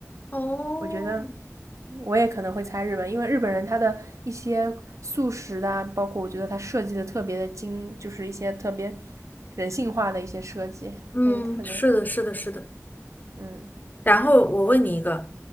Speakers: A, on the left; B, on the right.
A: 哦，
B: 我觉得我也可能会猜日本，因为日本人他的一些素食的啊，包括我觉得他设计的特别的精，就是一些特别人性化的一些设计，
A: 嗯，
B: 所以可能
A: 是的，是的，是的。
B: 嗯，
A: 然后我问你一个，